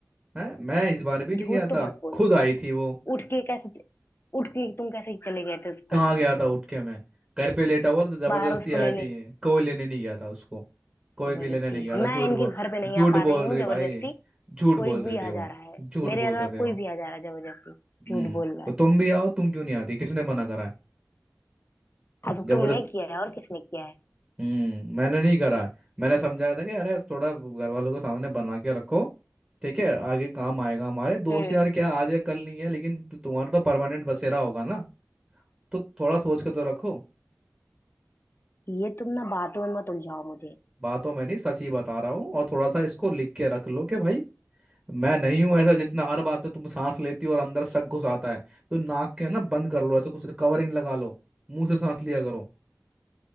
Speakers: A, on the right; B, on the left.
A: है मैं इस बार भी नहीं
B: झूठ
A: गया
B: तो
A: था
B: मत बोलो
A: खुद आई थी वो
B: उठ के कैसे उठ के तुम कैसे चले गए थे उसको
A: कहाँ
B: लाने
A: गया
B: के
A: था
B: लिए
A: उठ के मैं घर पे लेटा हुआ था तो जबरदस्ती
B: बाहर उसको
A: आई
B: लेने
A: थी कोई लेने नहीं गया था उसको कोई
B: जबरदस्ती
A: भी लेने नहीं गया था
B: मैं
A: झूठ
B: इनके
A: बोल
B: घर पे नहीं
A: झूठ
B: आ पा
A: बोल
B: रही हूँ
A: रही
B: जबरदस्ती
A: भाई झूठ बोल
B: कोई
A: रहे
B: भी
A: थे
B: आ
A: वो
B: जा रहा है
A: झूठ
B: मेरे
A: बोल
B: अलावा
A: रहे थे वो
B: कोई भी आ जा रहा है जबरदस्ती
A: हम्म
B: झूठ बोल रहा
A: तो
B: है
A: तुम भी आओ तुम क्यों नहीं आती किसने मना करा है
B: हाँ तो
A: जबरदस्ती
B: तुमने किया है और किसने किया है
A: हम्म मैंने नहीं करा है मैंने समझाया था कि अरे थोड़ा घर वालों को सामने बना के रखो ठीक है आगे काम आएगा हमारे दोस्त
B: हम्म
A: यार क्या आज है कल नहीं है लेकिन तु- तुम्हारा तो परमानेंट बसेरा होगा ना तो थोड़ा सोच के तो रखो
B: ये तुम ना बातों में मत उलझाओ मुझे
A: बातों में नहीं सच ही बता रहा हूँ और थोड़ा सा इसको लिख के रख लो कि भाई मैं नहीं हूं ऐसा जितना हर बात पे तुम सांस लेती हो और अंदर शक घुसाता है तो नाक के ना बंद कर लो ऐसा कुछ कवरिंग लगा लो मुंह से सांस लिया करो